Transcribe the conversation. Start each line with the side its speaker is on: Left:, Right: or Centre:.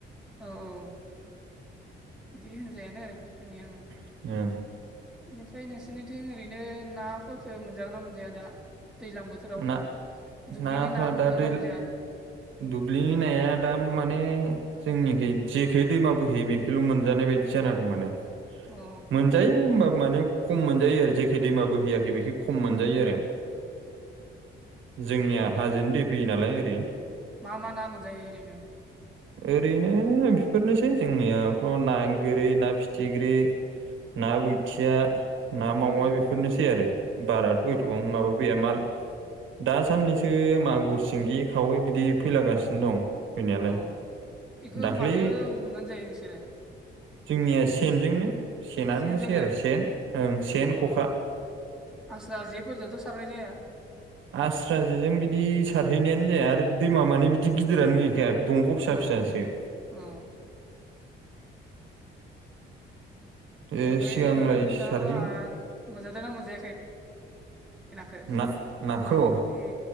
Centre: औ औ इदि होनजायानो जोंनि ओं
Right: ओं
Centre: इनिफ्राय नोंसिनिथिं ओरै नो नाफोरखो मोनजागोन ना मोनजाया दा दैलां बोथ थोराव
Right: ना
Centre: दुब्लिनि
Right: नाफ्रा
Centre: ना मोनजागोन
Right: दा दै
Centre: ना मोनजाया?
Right: दुब्लिनि नाया दा माने जोंनिखै जेखै दैमा बोहैयो बेखैल' मोनजानाय बायदि जाना दं माने‌।
Centre: अ
Right: मोनजायो ओ होमबाबो माने खम मोनजायो आरो। जेखै दैमाबो होयाखै बेखै खम मोनजायो आरो। जोंनिया
Centre: ओरैनो
Right: हाजोनि दै फैयो नालाय ओरै।
Centre: मा मा ना मोनजायो ओरैनो?
Right: ओरैनो बेफोरनोसै जोंनियावथ' ना गोरै ना फिथिख्रि ना बोथिया ना मावा
Centre: अ
Right: बेफोरनोसै आरो। बाराथ'
Centre: अ
Right: होैथ'बां माबा फैया माल दा सानैसो मागुर सिंगि खावै बिदि फैलागासिनो दं। फैनायालाय
Centre: अ' इखो
Right: दाख्लै
Centre: माजो हमनानै जायो नोंसोरो?
Right: जोंनिया सेनजोंनो सेनानोसै
Centre: सेनजोंनो
Right: आरो सेन ओं सेन,
Centre: अ
Right: ख'खा
Centre: आस्रा जेफोरजोंथ' सारनाय जाया।
Right: आस्रा जेजों बिदि सारहैनायानो जाया। आरो दैमा माने बिदि गिदिरानो गै खाया दंग' फिसा
Centre: अ
Right: फिसासो
Centre: औ
Right: ओ
Centre: ओमफाय
Right: सिगांलाय
Centre: ना नोंथां
Right: सारहै
Centre: लाहा मोनजादों ना मोनजायाखै? नाखौ
Right: ना-नाखौ
Centre: ए